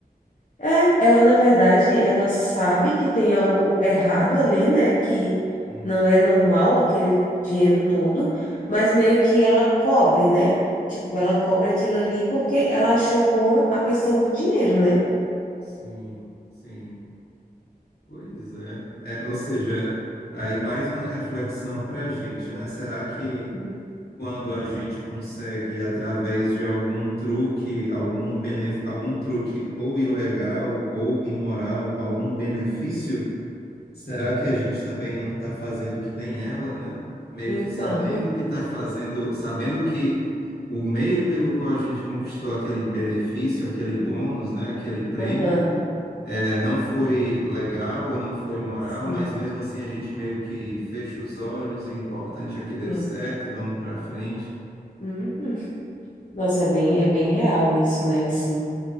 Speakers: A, on the left; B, on the left.
A: É, ela na verdade, ela sabe que tem algo errado ali, né? Que
B: Uhum.
A: não é normal aquele dinheiro todo, mas meio que ela cobre, né? Tipo, ela cobre aquilo ali porque ela achou bom a questão do dinheiro, né?
B: Sim, sim. Pois é. É, ou seja, aí mais uma reflexão para a gente, né? Será que
A: Uhum.
B: quando a gente consegue, através de algum truque, algum benef... algum truque ou ilegal ou imoral, algum benefício, será que a gente também não está fazendo que nem ela, né? Meio
A: Então,
B: que sabendo
A: <laughs>
B: que está fazendo, sabendo que o meio pelo qual a gente conquistou aquele benefício, aquele bônus, né? Aquele prêmio
A: aham,
B: é, não foi legal ou não foi moral,
A: Sim.
B: mas mesmo assim a gente meio que fecha os olhos e o importante é que deu
A: é.
B: certo, vamos para frente.
A: Uhum. Nossa, é bem, é bem real isso, né? Assim.